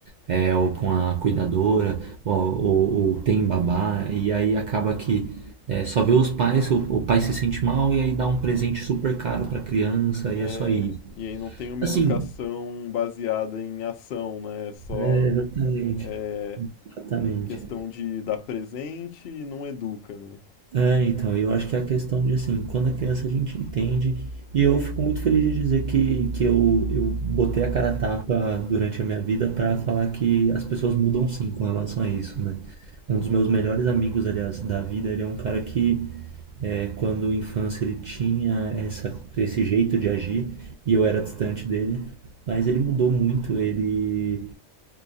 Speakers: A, on the right; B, on the left.
A: é, ou com a cuidadora, ou, ou, ou tem babá, e aí acaba que é, só vê os pais, o, o pai se sente mal e aí dá um presente super caro pra criança
B: É,
A: e é só isso.
B: e aí não tem uma
A: Assim,
B: educação baseada em ação, né? É só
A: é, exatamente,
B: é,
A: exatamente.
B: questão de dar presente e não educa, né?
A: É, então, eu acho que é a questão de assim, quando a criança a gente entende, e eu fico muito feliz de dizer que, que eu, eu botei a cara a tapa durante a minha vida para falar que as pessoas mudam sim com relação a isso, né? Um dos meus melhores amigos, aliás, da vida, ele é um cara que, é, quando infância, ele tinha essa, esse jeito de agir e eu era distante dele, mas ele mudou muito, ele